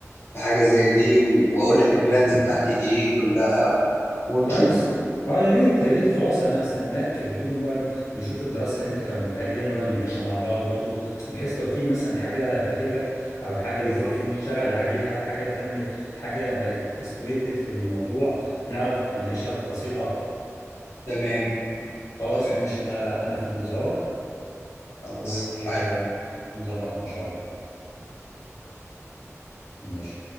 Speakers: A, on the left (about 50°); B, on the left (about 80°).
A: في حاجه زي دي و- واقول لك البلانز بتاعتي ايه كلها ونشوف
B: كويس اه يا ريت يا ريت خلاص انا هستناك تجيلي ونقعد نشوف الدراسه اللي انت كونتها دي نقعد نناقشها مع بعض برضه بحيث لو في مثلا حاجه فاتتك او حاجه
A: بالظبط
B: محتاجين نشتغل عليها حاجه تم حاجه بقت استجدت في الموضوع نعرف نناقشها بتفاصيل اكتر
A: تمام
B: خلاص
A: تمام
B: ماشي انا انا في انتظارك
A: خلاص
B: و-
A: حاجة
B: ونظبطها إن شاء الله ماشي